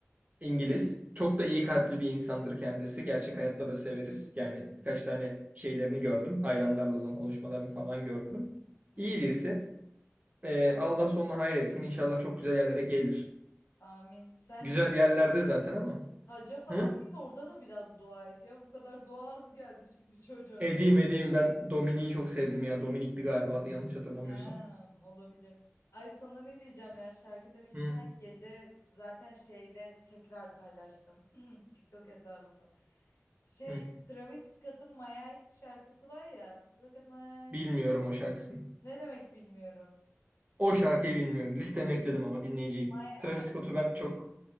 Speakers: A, on the right (about 35°); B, on the left (about 75°).
A: İngiliz. Çok da iyi kalpli bir insandır kendisi. Gerçek hayatta da severiz. Yani birkaç tane şeylerini gördüm. Hayranlarla olan konuşmalarını falan gördüm.
B: Hı.
A: İyi birisi. Ee, Allah sonuna hayretsin. İnşallah çok güzel yerlere gelir.
B: Amin. Sen
A: Güzel yerlerde zaten ama.
B: haca falan
A: Hı?
B: git orada da biraz dua et ya. Bu kadar dua az geldi şimdi çocuğa.
A: Edeyim edeyim ben Dominik'i çok sevdim ya. Dominik'ti galiba adı yanlış hatırlamıyorsam.
B: Ha, olabilir. Ay sana ne diyeceğim ya şarkı demişken
A: Hı,
B: gece zaten şeyde tekrar paylaştım <clears throat> TikTok hesabımda. Şey
A: hı.
B: Travis Scott'ın My Eyes şarkısı var ya Look at my eyes.
A: Bilmiyorum o şarkısını.
B: Ne demek bilmiyorum.
A: O şarkıyı bilmiyorum. Listeme ekledim ama dinleyeceğim.
B: My
A: Travis
B: eyes.
A: Scott'u ben çok